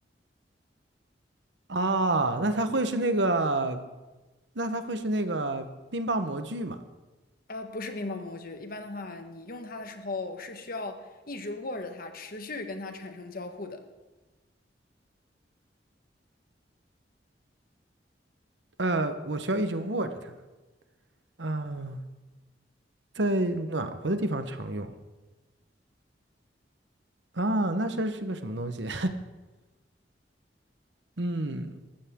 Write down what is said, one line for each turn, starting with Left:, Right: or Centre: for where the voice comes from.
Right: 啊，那它会是那个，那它会是那个冰棒模具吗？
Left: 呃，不是冰棒模具，一般的话你用它的时候是需要一直握着它，持续跟它产生交互的，
Right: 呃，我需要一直握着它。啊，在暖和的地方常用。啊，那是是个什么东西？<laughs> 嗯，